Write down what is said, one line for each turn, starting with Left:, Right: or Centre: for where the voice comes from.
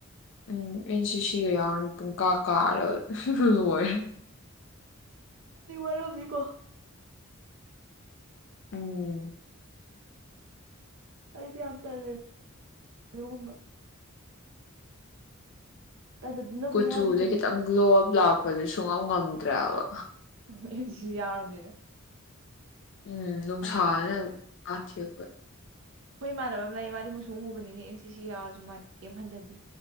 Left: ꯎꯝ ꯑꯩꯅ ꯁꯤ ꯁꯤꯒ ꯌꯥꯎꯔꯦ ꯄꯨꯡ ꯀꯥ ꯀꯥꯔꯦ ꯂꯔꯦ
Right: ꯑꯔꯕꯤꯀꯣ
Left: ꯎꯝ
Right: ꯑꯩꯗꯤ ꯌꯥꯝ ꯇꯜꯂꯦ ꯑꯗꯨꯒꯨꯝꯕ ꯇꯟꯗꯅꯕꯨ
Left: ꯀꯨꯆꯨꯈꯤ
Right: ꯌꯥꯎꯈꯤꯗ꯭ꯔꯤꯅꯤ
Left: ꯆꯪꯣ ꯂꯥꯛꯄꯗꯤ ꯁꯨꯡꯉꯝ ꯉꯝꯗ꯭ꯔꯦꯕ
Right: ꯑꯩꯗꯤꯁꯨ ꯌꯥꯎꯔꯕꯅꯤꯅ
Left: ꯎꯝ ꯅꯨꯡꯁꯥꯅ
Right: ꯑ
Left: ꯀꯥꯊꯤꯔꯛꯄ
Right: ꯍꯣꯏ ꯏꯃꯥꯟꯅꯕ ꯑꯃ ꯂꯥꯛꯑꯦ ꯃꯥꯗꯤ ꯃꯨꯁꯨ ꯃꯨꯕꯅꯤꯅꯦ ꯑꯦꯟ ꯁꯤ ꯁꯤ ꯌꯥꯎꯔꯁꯨ ꯃꯥꯗꯤ ꯀꯦꯝ ꯍꯟꯊꯗꯤ